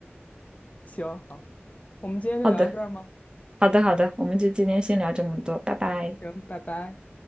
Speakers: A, on the left (about 35°); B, on the right (about 20°).
A: 行，好，我们今天就聊到这儿吗？
B: 好的，好的，好的，我们就今天先聊这么多，拜拜。
A: 行，拜拜。